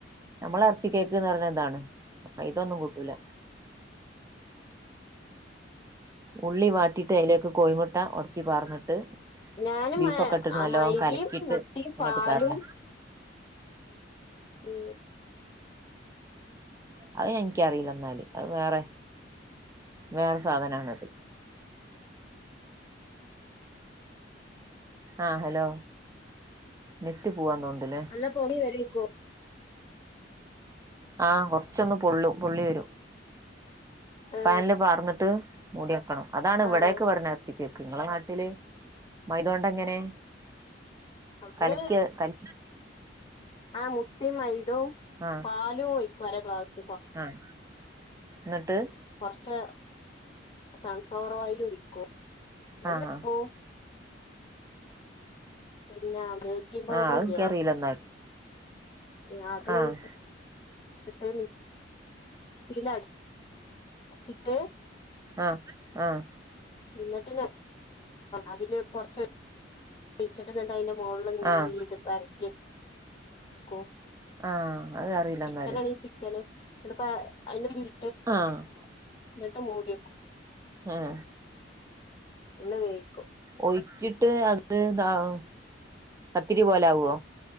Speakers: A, on the right; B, on the left.
A: നമ്മള് ഇറച്ചി കേക്ക് ന്ന് പറഞ്ഞ ഇതാണ്. മൈദ ഒന്നും കൂട്ടൂല. ഉള്ളി വാട്ടിട്ട്, അതിലേക്ക് കോഴിമുട്ട ഉടച്ചു പാർന്നിട്ട്
B: ഞാന്
A: ബീഫൊക്കെ
B: മൈ
A: ഇട്ടിട്ട് നല്ലോ
B: മൈദയും
A: കലക്കിയിട്ട്
B: മുട്ടയും
A: അങ്ങോട്ട്
B: പാലും
A: പാരലാ.
B: ഉം.
A: അത് എനിക്കറിയില്ല എന്നാല്. അത് വേറെ വേറെ സാധനണത്. ആ ഹലോ നെറ്റ് പോവാ തോന്നണ്ടല്ലേ?
B: നല്ലോം പൊങ്ങി വരേയ്ക്കും?
A: ആഹ കൊറച്ചൊന്ന് പൊള്ളും പൊള്ളി വരും.
B: ഏ,
A: പാനില് പാർന്നിട്ട് മൂടി വെക്കണം. അതാണ് ഇവിടേക്ക്
B: ആ
A: പറിനെ ഇറച്ചികേ ക്ക് ഇങ്ങളെ നാട്ടില് മൈദണ്ട് എങ്ങനെ?
B: നമ്മള്
A: കലക്കി കലക്കി
B: ആ മുട്ടിം മൈതിം
A: ആഹ
B: പാലും ഒഴിക്കും അര ഗ്ലാസ്.
A: ആഹ എന്നിട്ട്.
B: കുറച്ച് സൺഫ്ലോർ ഓയിൽ ഒഴിക്കും. <unintelligible>
A: ആഹ്
B: പിന്നെ <unintelligible>
A: ആഹ്
B: ഇല്ലേ
A: ഇക്ക് അറിയില്ല എന്നാല്.
B: <unintelligible>
A: ആഹ്
B: <inaudible> മിക്സിയിൽ അടിച്ചിട്ട്
A: ആഹ ആഹ.
B: എന്നിട്ട് അതില് കുറച്ച് ഒഴിച്ചിട്ട് എന്നിട്ട് അതിന്റെ മുകളിൽ ഇങ്ങനെ
A: ആഹ്
B: ഇത് പരത്തി വെക്കും.
A: ആഹ അത് അറിയില്ല.
B: ചിക്കനണങ്കി
A: എന്നാല്
B: ചിക്കന്, ന്നട്ട്പ്പൊ അയിൻ്റെ ലി
A: ആ.
B: ന്ന്ട്ട് മൂടിവെക്കും.
A: ഏഹ്.
B: ഒന്ന് വേവിക്കും.
A: ഒഴിച്ചിട്ട് അത്‌താവും. പത്തിരി പോലെ ആവോ?